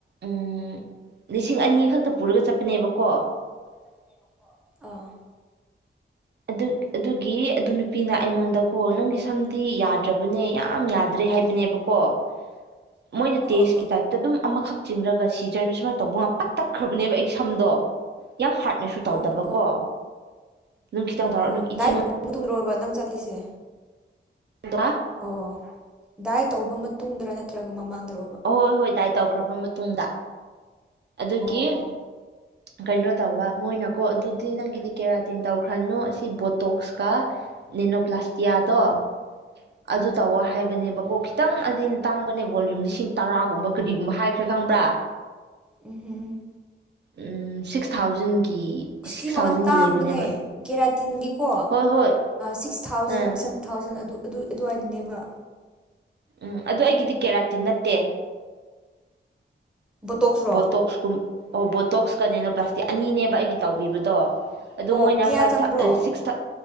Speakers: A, on the right; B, in the centre.
A: ꯎꯝ ꯂꯤꯁꯤꯡ ꯑꯅꯤ ꯈꯛꯇ ꯄꯨꯔꯒ ꯆꯠꯄꯅꯦꯕꯀꯣ
B: ꯄꯨ ꯆꯠꯇꯅꯦꯕꯣ
A: ꯑꯗꯨ ꯑꯗꯨꯒꯤ ꯑꯗꯨ ꯅꯨ ꯅꯨꯄꯤꯅ ꯑꯩꯉꯣꯟꯗꯀꯣ ꯅꯪꯒꯤ ꯁꯝꯗꯤ ꯌꯥꯗ꯭ꯔꯕꯅꯦ ꯌꯥꯝ ꯌꯥꯗ꯭ꯔꯦ ꯍꯥꯏꯕꯅꯦꯕꯀꯣ <unintelligible> ꯃꯣꯏꯅ ꯇꯦꯁꯀꯤ
B: ꯑꯣ
A: ꯇꯥꯏꯞꯇ ꯑꯗꯨꯝ ꯑꯃꯈꯛ ꯆꯤꯡꯉꯒ ꯁꯤꯖꯔꯅ ꯁꯨꯃꯥꯏꯅ ꯇꯧꯕ ꯉ ꯄꯠ ꯇꯠꯈ꯭ꯔꯕꯅꯦꯕ ꯑꯩ ꯁꯝꯗꯣ ꯌꯥꯝ ꯍꯥꯔꯠꯅꯁꯨ ꯇꯧꯗꯕꯀꯣ
B: ꯑꯣ
A: ꯑꯗꯨꯝ ꯈꯤꯇꯪ
B: ꯑꯣ
A: ꯇꯧꯔ ꯑꯗꯨꯒꯤ ꯏꯆꯦꯉꯣꯟꯗ
B: ꯗꯥꯏꯠ <unintelligible> ꯑꯣꯏꯕ ꯅꯪ ꯆꯠꯂꯤꯁꯦ
A: <unintelligible>
B: ꯑꯣ ꯗꯥꯏ ꯇꯧꯕ ꯃꯇꯨꯡꯗꯔ ꯅꯠꯇ꯭ꯔꯒ ꯃꯃꯥꯡꯗꯔꯣ
A: ꯍꯣꯏ ꯍꯣꯏ ꯗꯥꯏ ꯇꯧꯈ꯭ꯔꯕ ꯃꯇꯨꯡꯗ ꯑꯗꯨꯒꯤ
B: ꯑꯣ
A: ꯀꯩꯅꯣ ꯇꯧꯕ ꯃꯣꯏꯅꯀꯣ ꯑꯗꯨꯗꯤ ꯅꯪꯒꯤꯗꯤ ꯀꯦꯔꯥꯇꯤꯟ ꯇꯧꯈ꯭ꯔꯅꯣ ꯁꯤ ꯕꯣꯇꯣꯛꯁꯀ ꯅꯦꯅꯣ ꯄ꯭ꯂꯥꯁꯇꯤꯌꯥꯗꯣ ꯑꯗꯨ
B: ꯎꯝ
A: ꯇꯧꯋꯣ ꯍꯥꯏꯕꯅꯦꯕꯀꯣ ꯈꯤꯇꯪ ꯇꯥꯡꯕꯅꯦꯕ ꯕꯣꯂꯌꯨꯝ ꯂꯤꯁꯤꯡ ꯇꯔꯥꯒꯨꯝꯕ ꯀꯔꯤꯒꯨꯝꯕ ꯍꯥꯏꯈ꯭ꯔꯦ ꯈꯪꯕ꯭ꯔꯥ
B: ꯎꯝꯍꯨꯝ
A: ꯑꯝ ꯁꯤꯛꯁ ꯊꯥꯎꯖꯟꯒꯤ
B: ꯍꯁꯇꯤ
A: ꯁꯤꯛꯁ
B: ꯃꯃꯜ
A: ꯊꯥꯎꯖꯟꯒꯤ
B: ꯇꯥꯡꯕꯅꯦ
A: ꯂꯩꯕꯅꯦꯕ
B: ꯀꯦꯔꯥꯇꯤꯟꯒꯤꯀꯣ
A: ꯍꯣꯏ ꯍꯣꯏ
B: six thousand
A: uh
B: seven thousand ꯑꯗꯨ ꯑꯗꯨꯏ ꯑꯗꯨꯋꯥꯏꯗꯅꯦꯕ
A: ꯎꯝ ꯑꯗꯨ ꯑꯩꯒꯤꯗꯤ ꯀꯦꯔꯥꯇꯤꯟ ꯅꯠꯇꯦ
B: ꯕꯣꯇꯣꯛꯁꯔꯣ
A: ꯕꯣꯇꯣꯛꯁꯀꯨꯝ ꯑꯣ ꯕꯣꯇꯣꯛꯁꯀꯅꯦꯅ ꯄ꯭ꯂꯥꯁꯇꯤꯛ ꯑꯅꯤꯅꯦꯕ ꯑꯩꯒꯤ ꯇꯧꯕꯤꯕꯗꯣ ꯑꯗꯨ
B: ꯑꯣ
A: ꯃꯣꯏꯅ
B: ꯀꯌꯥ
A: ꯐꯥꯏꯚ
B: ꯆꯪꯕ꯭ꯔꯣ
A: ꯁꯤꯛꯁ